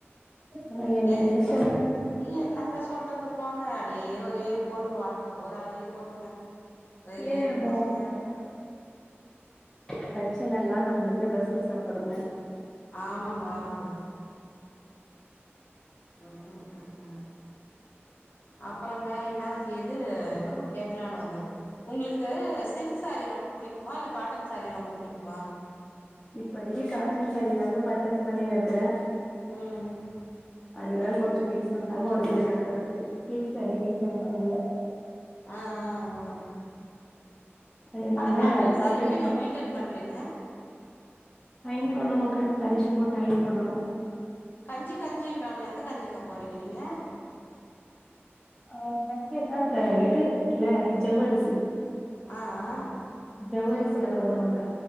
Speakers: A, on the left (about 15°); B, on the left (about 50°).
A: ஆ என்னங்க
B: ஏ
A: சொல்ல
B: இ என்னத்த சொல்றது போங்க அப்டே ஒரே போதுங்க வாழ்க்க போராவே போதுங்க. ஒரே
A: ஏ
B: பிரச்சினையார்க்கு.
A: வா பிரச்சன எல்லா நம்புளுக்கு ரஸ்கு சாப்பற மாரி.
B: ஆமங்க ஆமங்க. ம் ம் ம் ம் அப்புற ங்க என்னாஸ் இது என்னமோ கேக்கலானு வந்தே. உங்குளுக்கு சில்க் சாரீ ரொம்ப புடிக்குமா இல்ல காட்டன் சாரீ ரொம்ப புடிக்குமா?
A: இப்பதிக்கி காட்டன் சாரிதாங்க பர்ச்சேஸ் பண்ணினு இருக்கறே.
B: ம்.
A: அதுதா கொஞ்சோ டீசென்டாவு இருக்குது கட்டறதுக்கு சில்க் சாரி டீசன்டா இல்ல.
B: அ அ அ
A: அதனால
B: ஆனா காட்டன் சாரி எப்டிங்க
A: சாரீ
B: மெயி ண்டன் பண்றீங்க?
A: அயன் பண்ணணுங்க கஞ்சி போட்டு அயன் பண்ணணு.
B: கஞ்சி கஞ்சின்றாங்களே எந்த கஞ்சிங்க போர்றீங்க நீங்க?
A: அ கஞ்சினா இந்த இது இருக்குதுல்ல ஜவ்வரிசி.
B: அ அ.
A: ஜவ்வரிசில போட்ணுங்க.